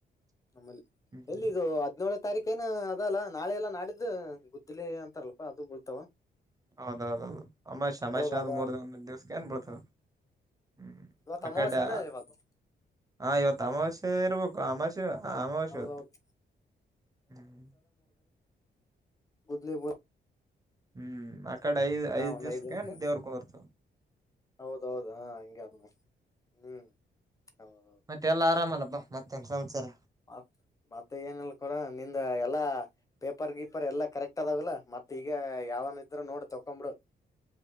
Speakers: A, on the left; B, on the right.
A: ನಮ್ಮಲ್ಲಿ
B: ಹ್ಮ್
A: ಎಲ್ಲಿ ಇದು ಹದಿನೇಳೇಳ ತಾರೀಕೇನು ಅದಲ್ಲಾ ನಾಳೆಲ್ಲಾ ನಾದ ಗುದ್ದಲಿ ಅಂತಾರಲ್ಪ ಅದು ಬಳ್ತಾವ
B: ಹೌದೌದೌದು ಅಮ್ಮಾಮಾಷ
A: ಹೌದ
B: ಆದ
A: ಅದ
B: ಮೂರ್ ಒಂದ ದಿವ್ಸಗೆ ಏನ್ ಬಿಡ್ತದ ಹ್ಮ್
A: ಇವತ್
B: ಆ
A: ಅಮಾವಾಸ್ಯನ
B: ಕಡೆ
A: ಇವತ್ತು
B: ಹ ಇವತ್ ಅಮಾವಷ್ಯೆ ಇರ್ಬೇಕು ಅಮಾಶ ಹ ಆಮಶ್ಯತ್ತು
A: ಹೌದೌದು
B: ಹ್ಮ್
A: ಗದಲೇಬ
B: ಹ್ಮ್ ಅಕ್ಕಡೆ ಐದು ಐದು
A: ಒಂದ್
B: ದಿವಸಕ
A: ಐದ್ ದಿನಕ್ಕೆ
B: ದೇವರು ಕರ್ತ
A: ಹೌದೌದ ಹಾ ಹಂಗಗೆ ಅ ಹ್ಮ್ ಹೌದೌದು
B: ಮತ್ತೆ ಎಲ್ಲಾ ಆರಾಮಲ್ಲಪ್ಪ ಮತ್ತೊಂದು ಸಂಸಾರ
A: ಮತ್ ಮತ್ತೆ ಏನಲ್ಕಡ ನಿಂದ ಎಲ್ಲಾ ಪೇಪರ್ ಗೀಪರ್ ಎಲ್ಲಾ ಕರೆಕ್ಟ್ ಅದಾವಿಲ್ಲ ಮತ್ತ ಮತ್ತ ಈಗ ಯಾವನ್ ಇದ್ರರು ನೋಡ್ ತಕೊಂಬಿಡು